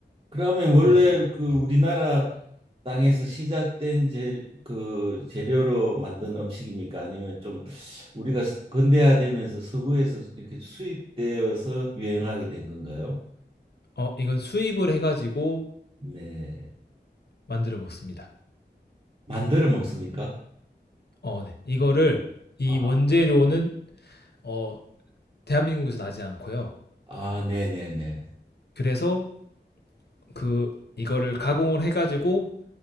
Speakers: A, on the right; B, on the left.
A: 그러면 원래
B: 이
A: 그 우리나라 땅에서 시작된 재, 그 재료로 만든 음식입니까? 아니면 좀 우리가 근대화되면서 서구에서 이렇게 수입되어서 유행하게 된 건가요?
B: 어, 이건 수입을 해가지고
A: 네.
B: 만들어 먹습니다.
A: 만들어 먹습니까?
B: 어, 네. 이거를 이
A: 아.
B: 원재료는 어, 대한민국에서 나지 않고요.
A: 아, 네네네.
B: 그래서 그 이거를 가공을 해가지고